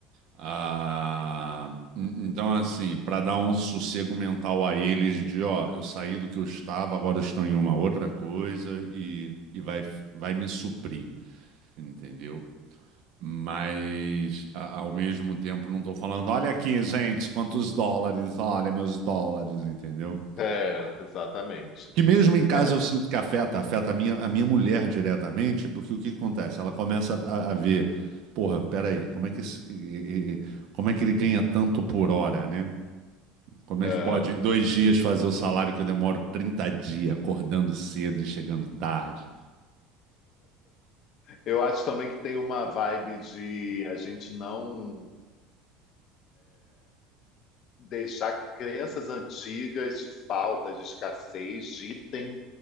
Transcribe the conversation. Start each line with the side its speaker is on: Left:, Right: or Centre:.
Right: Ah, en- então, assim, para dar um sossego mental a eles de, ó, eu saí do que eu estava, agora eu estou em uma outra coisa e, e vai, vai me suprir, entendeu? Mas, a- ao mesmo tempo, não estou falando, olha aqui, gente, quantos dólares, olha meus dólares, entendeu?
Left: <laughs> é, exatamente.
Right: Que mesmo em casa
Left: É,
Right: eu sinto que afeta, afeta a minha, a minha mulher diretamente, porque o que acontece? Ela começa a, a ver, porra, peraí, como é que esse- e- e- como é que ele ganha tanto por hora, né? Como é
Left: é,
Right: que pode em dois dias fazer o salário que eu demoro 30 dias, acordando cedo e chegando tarde?
Left: eu acho também que tem uma vibe de a gente não deixar que crenças antigas de falta, de escassez, ditem,